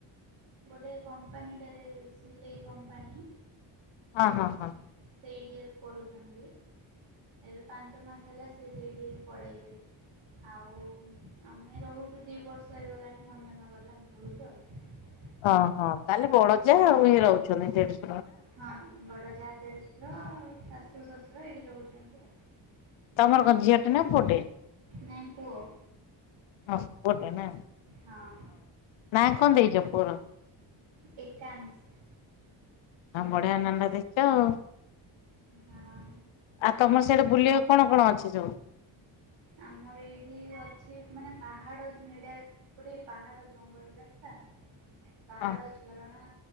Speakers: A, on the right; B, on the left.
A: ଗୋଟେ କମ୍ପାନୀଟାରେ ସିଲେଇ କମ୍ପାନୀ
B: ହଁ ହଁ
A: କଣ
B: ହଁ।
A: ସେଇଠି ବି କରୁଛନ୍ତି ଏବେ ପାଞ୍ଚ ମାସ ହେଲା ସେ ସେଇଠିକି ପଳେଇଲେ। ଆଉ ଆମେ ରହୁଛୁ ଦି ବର୍ଷ ହେଇଗଲାଣି ମଞ୍ଜନଗରରେ ଆମେ ରହୁଛୁ ଆଉ।
B: ଓ ହଁ ତାହେଲେ ବଡଜା ଆଉ ଇ ରହୁଛନ୍ତି ସେଠି?
A: ହଁ ବଡ ଯା ଦେଡଶୁର ଶାଶୁ ଶଶୁର ଏଇଠି ରହୁଛନ୍ତି ଆଉ।
B: ତମର କଣ ଝିଅ ଟେ ନା ପୁଅ ଟେ?
A: ନାଇଁ ପୁଅ।
B: ହ ପୁଅଟେ ନା
A: ହଁ
B: ନା କଣ ଦେଇଛ ପୁଅର?
A: ଏକାଂଶ।
B: ଆଉ ଭଡ଼ିଆ ନା ଟା ଦେଇଚ ଆଉ।
A: ହଁ।
B: ଆଉ ତମର ସେଇଟେ ବୁଲିବା କଣ କଣ ଅଛି ସବୁ?
A: ଆମର ଏଇଠି ଅଛି ମାନେ ପାହାଡ ଏଡ ଗଡେ ପାହାଡ ଜଙ୍ଗଲ ରାସ୍ତା ପାହାଡ
B: ହଁ।
A: ଝରଣା